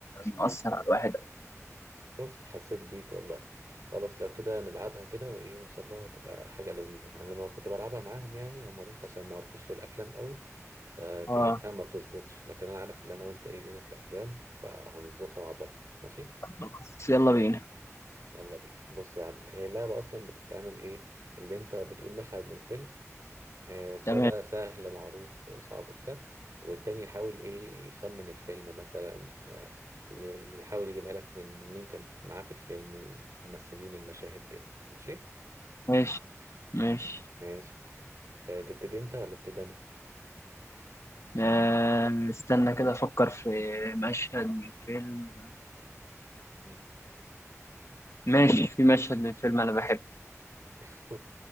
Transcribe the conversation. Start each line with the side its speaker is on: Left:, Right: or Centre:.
Left: مأثر على الواحد
Right: شفت حسيت بيك والله خلاص لو كده نلعبها كده وايه وان شاء الله هتبقى حاجه لذيذه انا لما كنت بلعبها معاهم يعني هم بس عشان ما يعرفوش في الافلام قوي فكانت
Left: اه
Right: ها ما بتظبطش لكن انا عارف ان انا وانت ايه لينا في الافلام فهنظبطها مع بعض ماشي
Left: بس يلا بينا
Right: يلا بينا بص يا عم هي اللعبه اصلا بتتعمل ايه اللي انت بتقول مشهد من الفيلم آه، سواء
Left: تمام
Right: بقى سهل معروف صعب وبتاع والتاني يحاول ايه يخمن الفيلم مثلا آه، ي- يحاول يجيبها لك من مين كان معاه في الفيلم ممثلين المشاهد كده ماشي
Left: ماشي ماشي
Right: ماشي آه، تبتدي انت ولا ابتدي انا
Left: آه، استنى كده افكر في مشهد من فيلم
Right: مم.
Left: ماشي في مشهد من فيلم انا بحبه
Right: <laughs>